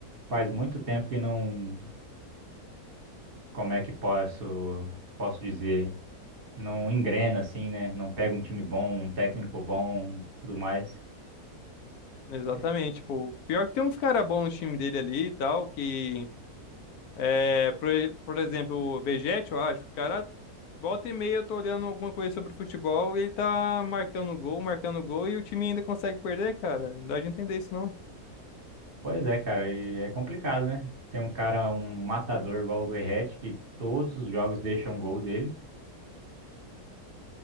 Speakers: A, on the right; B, on the left.
A: Faz muito tempo que não. Como é que posso, posso dizer? Não engrena assim, né? Não pega um time bom, um técnico bom, tudo mais.
B: Exatamente,
A: É,
B: tipo, pior que tem uns cara bons no time dele ali e tal, que, é, por, por exemplo, o Vegetti, eu acho, o cara, volta e meia eu tô olhando alguma coisa sobre futebol e ele tá marcando gol, marcando gol e o time ainda consegue perder, cara, não dá de entender isso não.
A: Pois é, cara, e é complicado, né? Tem um cara, um matador igual o Verratti, que todos os jogos deixam um gol dele.